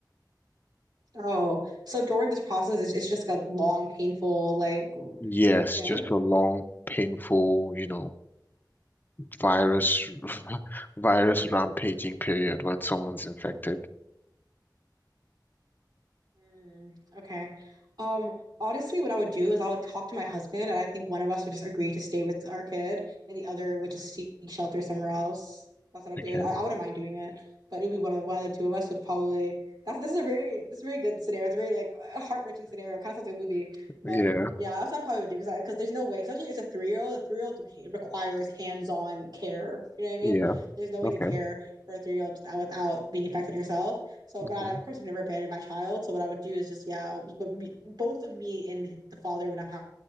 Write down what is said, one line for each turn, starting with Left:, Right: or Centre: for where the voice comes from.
Right: Oh, so during this process, it's, it's just like a long, painful like
Left: Yes,
Right: thing.
Left: just a long, painful, you know, virus <laughs> virus rampaging period when someone's infected.
Right: Mm, okay. Um, honestly, what I would do is I would talk to my husband, and I think one of us would just agree to stay with our kid, and the other would just seek shelter somewhere else. That's what I'd
Left: Okay.
Right: do. I, I wouldn't mind doing it, but it would be one of one of the two of us would probably. That's this is a very this is a very good scenario. It's a very like a heart-wrenching scenario. Kind of sounds like a movie, but
Left: Yeah.
Right: yeah, that's what I probably would do because I because there's no way, especially as a three-year-old, a three-year-old requires hands-on care. You know what I mean?
Left: Yeah.
Right: There's no way
Left: Okay.
Right: to care for a three-year-old without being infected yourself. So,
Left: hmm
Right: but I, of course, I never abandoned my child. So, what I would do is just, yeah, it was- but me, both of me and the father would have